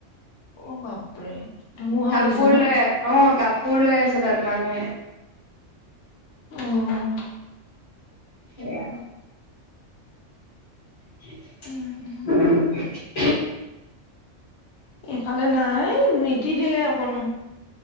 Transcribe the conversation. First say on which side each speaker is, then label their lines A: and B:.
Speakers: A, on the left; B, on the left.
A: অ বাপৰে। ধুমুহাও
B: কাপোৰ
A: দিছে ন
B: লৈ অ কাপোৰ লৈ আছে তাত মানুহে।
A: উম
B: সেয়া। <inaudible>
A: উম ইফালে নাই। নিতিতিলে দিলে অকনো।